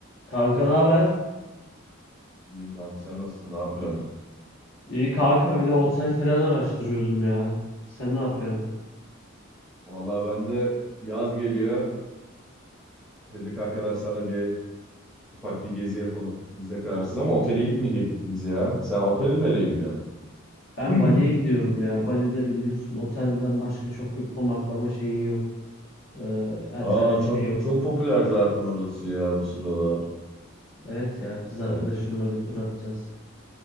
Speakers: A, on the left; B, in the centre.
A: Kanka ne haber?
B: İyiyim kanka sen nasılsın? Ne yapıyorsun?
A: İyi kanka öyle otel falan araştırıyordum ya. Sen ne yapıyorsun?
B: Vallahi ben de yaz geliyor. Dedik arkadaşlarla bir ufak bir gezi yapalım. Biz de kararsız ama otele gitmeyecektik biz ya. Sen otele nereye gidiyorsun?
A: Ben
B: <clears throat>
A: Bali'ye gidiyorum ya. Bali'de biliyorsun otelden başka çok bir konaklama şeyin yok. Ee, alternatifi
B: Aa çok
A: yok.
B: çok popüler zaten orası ya bu sıralar.
A: Evet ya kız arkadaşımla
B: Hani
A: bir tur atacağız.